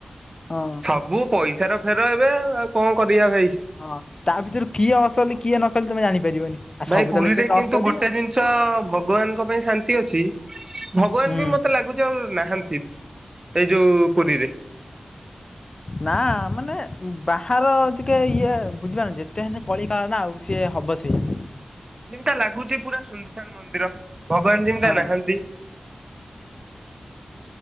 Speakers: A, on the left; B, on the right.
A: ହଁ
B: ସବୁ ପଇ ସାର ଫେର ଏବେ ଆଉ। ଆଉ କଣ କରିବା ଭାଇ?
A: ହଁ, ତା ଭିତରୁ କିଏ ଅସଲି, କିଏ ନକଲି, ତମେ ଜାଣିପାରିବନି। ଆଉ
B: ଭାଇ
A: ସବୁ
B: ପୁରୀରେ
A: ତ ଲେଖିଛନ୍ତି
B: କିନ୍ତୁ
A: ଅସଲି
B: ଗୋଟେ
A: ଆଉ
B: ଜିନିଷ ଭଗବାନଙ୍କ ପାଇଁ ଶାନ୍ତି ଅଛି ଭଗବାନ
A: ହୁଁ
B: ବି ମତେ ଲାଗୁଛି ଆଉ ନାହାଁନ୍ତି, ଏଇ ଯୋଉ ପୁରୀରେ।
A: ନା ମାନେ ବାହାର ଟିକେ ଇଏ ବୁଝିପାରୁନ, ଯେତେ ହେଲେ କଳି କାଳ ନା ଆଉ। ସିଏ ହବ ସେଇଆ।
B: ଯେମତା ଲାଗୁଛି, ପୁରା ସୁନସାନ ମନ୍ଦିର। ଭଗବାନ ଯେମିତା
A: ହଁ,
B: ନାହାନ୍ତି।
A: ହଁ।